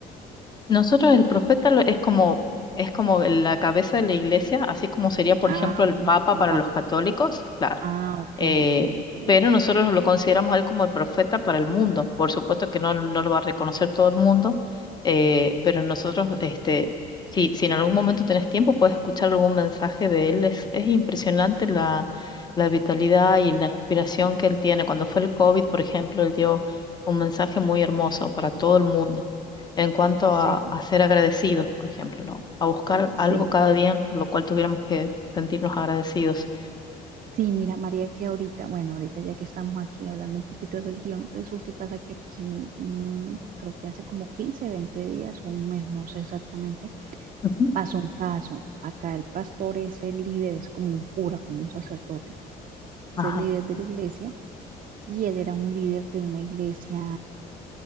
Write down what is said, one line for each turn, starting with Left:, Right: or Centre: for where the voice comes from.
Left: Nosotros el profeta
Right: ¿no?
Left: lo- es como es como la cabeza de la iglesia, así como sería, por
Right: Ah,
Left: ejemplo, el
Right: ok,
Left: papa
Right: el
Left: para
Right: papa.
Left: los católicos, claro.
Right: Ah, ok,
Left: eh,
Right: ok, ok. oye.
Left: pero nosotros lo consideramos a él como el profeta para el mundo. Por supuesto que no, no lo va a reconocer todo el mundo, eh, pero nosotros, este, si, si en algún momento tenés tiempo, puedes escuchar algún mensaje de él. Es, es impresionante la, la vitalidad y la inspiración que él tiene. Cuando fue el COVID, por ejemplo, él dio un mensaje muy hermoso para todo el mundo en cuanto
Right: Sí,
Left: a, a ser agradecidos, por ejemplo, ¿no? A buscar
Right: sí.
Left: algo cada día por lo cual tuviéramos que sentirnos agradecidos.
Right: Sí, mira, María, que ahorita, bueno, ahorita ya que estamos aquí hablando un poquito de religión, resulta y pasa que aquí, mm, creo que hace como 15 20 días o un mes, no sé exactamente,
Left: Ujú.
Right: pasó un caso. Acá el pastor es el líder, es como un cura, como un sacerdote, es
Left: Ajá.
Right: el líder de la iglesia y él era un líder de una iglesia